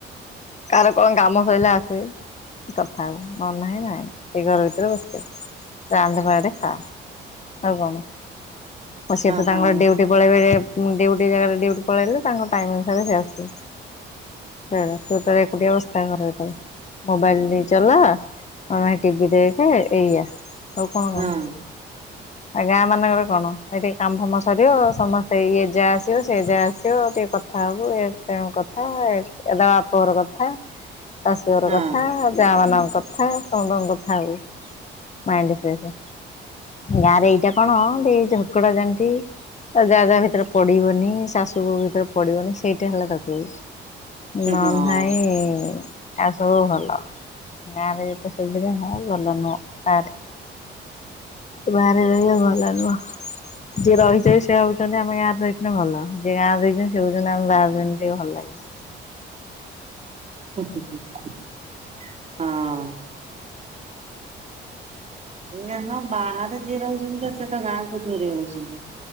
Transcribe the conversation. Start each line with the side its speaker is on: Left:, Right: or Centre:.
Left: କାର କଣ ଗାମ ସଇଲେ ଆସ କଥାହବ ନହନେ ନାହିଁ ସେ ଘର ଭିତରେ ବସି ରାନ୍ଧବାଡେ ଖା। ହଉ କଣ। ଓ ସ ତ ତାଙ୍କର
Right: ହଁ
Left: ଡ୍ୟୁଟି ପକେଇବେ। ଡିଉଟି ଜାଗାରେ ଡିଉଟି ପଳେଇଲେ ତାଙ୍କ ଟାଇମ ଅନୁସାରେ ସେ ଆସିବ। ସେ ତୁ ତ ଏକୁଟିଆ ବସିଥା ଘର ଭିତରେ। ମୋବାଇଲ ନେଇ ଚଲା ନହେଲେ ନାହିଁ ଟିଭିି ଦେଖେ ଏଇଆ। ଆଉ କଣ କାମ
Right: ହଁ
Left: ଗାଁ ମାନଙ୍କର କଣ ଏ ଟିକେ କାମ ଫାମ ସରିବ ସମସ୍ତେ ଇଏ ଯାହା ଆସିବ ସେ ଯା ଆସିବ ଟିକେ କଥା ହବୁ ଏଣୁ କଥା ଏଦ ବାପଘର କଥା ଶାଶୁଘର
Right: ହଁ
Left: କଥା ଜା ମାନଙ୍କ କଥା ସମୁସ୍ତଙ୍କ କଥା ହଉ। ମାଇନଡ୍ ଫ୍ରେଶ ଗାଁରେ ଏଇଟା କଣ ଟି ଝଗଡାଝାଣ୍ଟି ଆଉ ଯାହା ଯାହା ଭିତରେ ପଡିବନି ଶାଶୁ କ ଭିତରେ ପଡିବନି ସେଇଟା ହେଲା ତାକୁ ନହେଲେ
Right: ହଁ ହଁ
Left: ନାଇ ଆଉ ସବୁ ଭଲ ଗାଁରେ ଯେତେ ସୁବିଧା ହ ଭଲ ନୁହଁ ଗାଁରେ ବାହାରେ ରହିବା ଭଲ ନୁହ। ଯିଏ ରହିଛନ୍ତି ସେ ଭାବୁଛନ୍ତି ଆମ ଗାଁରେ ରହିଥିଲେ ଭଲ ଯିଏ ଗାଁରେ ରହିଛନ୍ତି ସେ ଭାବୁଛନ୍ତି ଆମେ ବାହାରେ ରହିଲେ ଟିକେ ଭଲ ଲାଗେ। ହ
Right: ହଁ। ଏ ହଁ ବାହାରେ ଯିଏ ରହୁଛନ୍ତି ତ ସିଏତ ଗାଁକୁ ଝୁରି ହୋଉଛନ୍ତି।